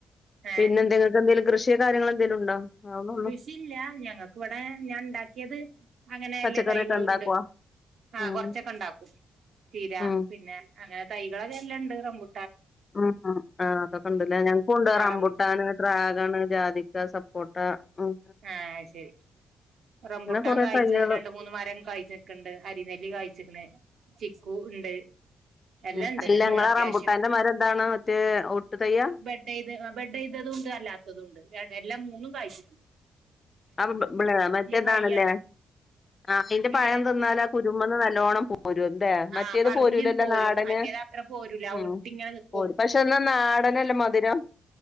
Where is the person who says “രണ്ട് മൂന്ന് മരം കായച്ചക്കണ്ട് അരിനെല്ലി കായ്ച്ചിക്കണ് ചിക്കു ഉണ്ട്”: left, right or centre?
Right